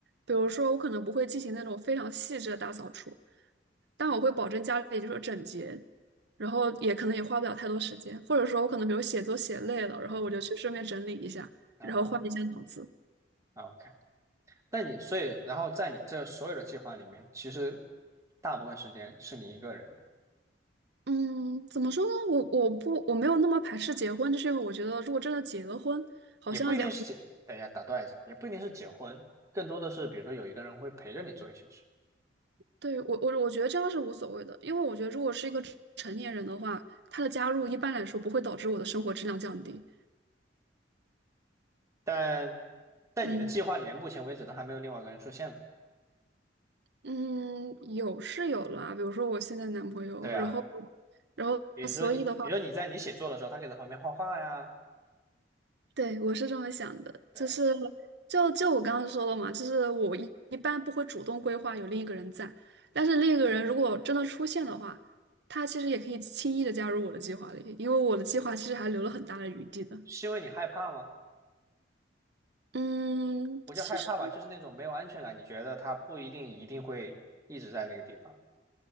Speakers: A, on the right; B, on the right.
A: 比如说，我可能不会进行那种非常细致的大扫除，但我会保证家里就是整洁，然后也可能也花不了太多时间。或者说，我可能比如写作写累了，然后我就去顺便整理一下，
B: 嗯啊
A: 然后换一下脑子。
B: ，OK。那你所以，然后在你这所有的计划里面，其实大部分时间是你一个人。
A: 嗯，怎么说呢？我我不我没有那么排斥结婚，就是因为我觉得如果真的结了婚，好像两个，
B: 也不一定是结，等一下打断一下，也不一定是结婚，更多的是比如说有一个人会陪着你做一些事，
A: 对，我我我觉得这样是无所谓的，因为我觉得如果是一个成成年人的话，他的加入一般来说不会导致我的生活质量降低。
B: 但在你的计划里面目前为止都还没有另外一个人出现嘛？
A: 嗯嗯，有是有啦，比如说我现在男朋友，
B: 对啊，
A: 然后然后所以的话。
B: 比如说你，比如说你在你写作的时候，他可以在旁边画画呀，
A: 对，我是这么想的，
B: 对，
A: 就是就就我刚刚说了嘛，就是我一一般不会主动规划有另一个人在，但是另一个人如果真的出现的话，他其实也可以轻易的加入我的计划里，因为我的计划其实还留了很大的余地的。
B: 是因为你害怕吗？
A: 嗯，
B: 不叫害怕吧，
A: 其实
B: 就是那种没有安全感，你觉得他不一定一定会一直在那个地方。